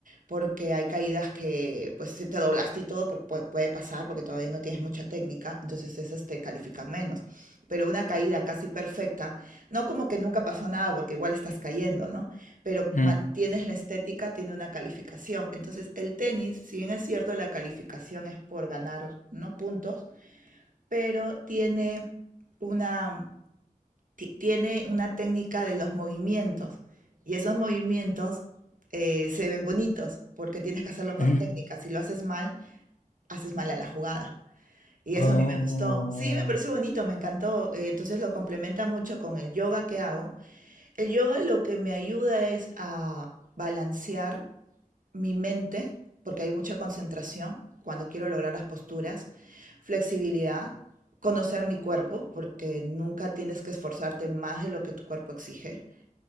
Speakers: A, on the right (about 70°); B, on the left (about 65°).
A: porque hay caídas que pues si te doblaste y todo pu- pu- puede pasar porque todavía no tienes mucha técnica, entonces esas te califican menos. Pero una caída casi perfecta, no como que nunca pasó nada porque igual estás cayendo, ¿no? Pero
B: Mm,
A: mantienes la estética, tiene una calificación. Entonces el tenis, si bien es cierto la calificación es por ganar, ¿no? puntos, pero tiene una tiene una técnica de los movimientos y esos movimientos eh, se ven bonitos porque tienes que hacerlo con
B: mm,
A: técnica. Si lo haces mal, haces mal a la jugada. Y eso
B: oh,
A: a mí me gustó. Sí, me pareció bonito, me encantó. Eh, Entonces lo complementa mucho con el yoga que hago el yoga lo que me ayuda es a balancear mi mente, porque hay mucha concentración cuando quiero lograr las posturas, flexibilidad, conocer mi cuerpo, porque nunca tienes que esforzarte más de lo que tu cuerpo exige.